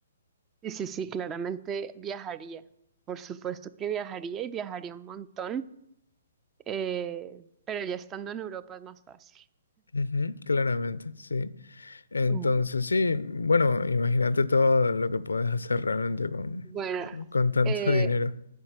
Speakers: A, on the right; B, on the left.
A: Sí, sí, sí, claramente viajaría. Por supuesto que viajaría y viajaría un montón, eh, pero ya estando en Europa es más fácil.
B: Ujú, claramente, sí. Entonces,
A: Mm.
B: sí, bueno, imagínate todo lo que puedes hacer realmente con,
A: Bueno,
B: con tanto
A: eh,
B: <laughs> dinero.